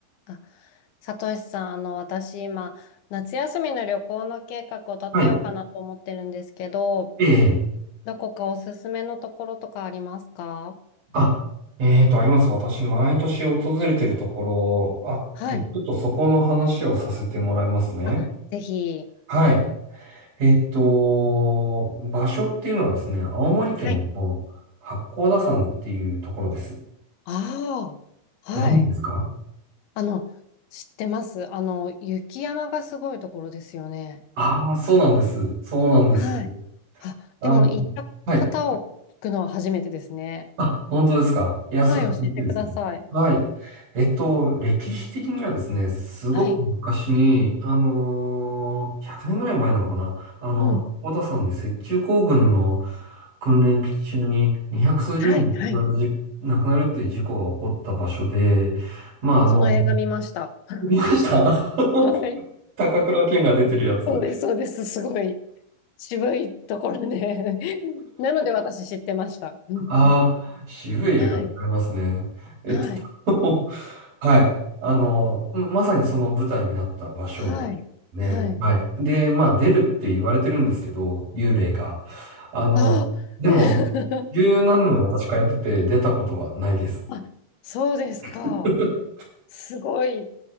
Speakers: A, on the left; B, on the right.
A: あさとしさん、あの、私今、夏休みの旅行の計画を立てようかなと思ってるんですけど、
B: はい。ええ。
A: どこかおすすめのところとかありますか
B: あ、えーと、あります。私、毎年訪れてるところあって、
A: はい。
B: ちょっとそこの話をさせてもらいますね。
A: あ、ぜひ。
B: はい。えっと、場所っていうのはですね、青森県の八甲田山っていうところです。
A: はい。ああ、
B: ご存知ですか
A: はい。あの、知ってます。あの、雪山がすごいところですよね。
B: ああー、そうなんです。そうなんです。
A: はい。あ、
B: あの、
A: でも行った方を聞くのは初めてですね。
B: はい。あ、本当ですか。いや、
A: はい、
B: それは嬉しいですね。
A: 教えてください。
B: はい。えっと、歴史的にはですね、すごく昔に、
A: はい。
B: あのー、100年ぐらい前なのかな。あの、
A: うん。
B: 小田さんで雪中行軍の訓練期中に200数十人亡くなるじ、
A: はい、はい。
B: 亡くなるっていう事故が起こった場所で、まあ、あの、
A: その映画見ました。<laughs> は
B: 見ました <laughs>
A: い。
B: 高倉健が出てるやつ。
A: そうです、そうです。すごい渋いところで <laughs> なので私知ってました。うんうん
B: ああ、渋い映画ありますね。
A: はい。
B: えっと、
A: はい。
B: <laughs> はい。あの、まさにその舞台になった場所。
A: はい。
B: ね。
A: はい。
B: はい。で、まあ、出るって言われてるんですけど、幽霊が。あの、
A: あ、
B: でも、
A: <laughs>
B: 十何年私通ってて出たことはないです。
A: あ、そうですか。
B: <laughs>
A: すごい